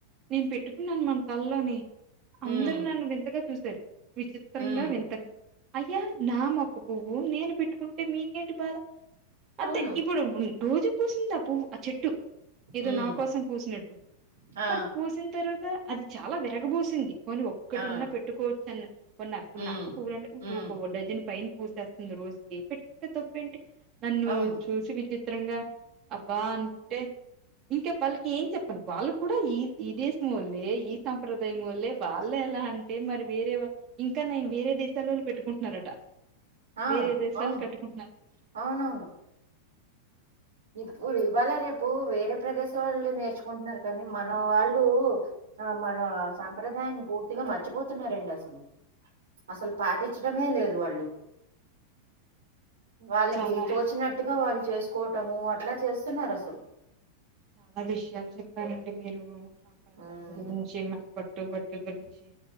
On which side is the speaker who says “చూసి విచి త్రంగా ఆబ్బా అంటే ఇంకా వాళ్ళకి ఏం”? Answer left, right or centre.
Right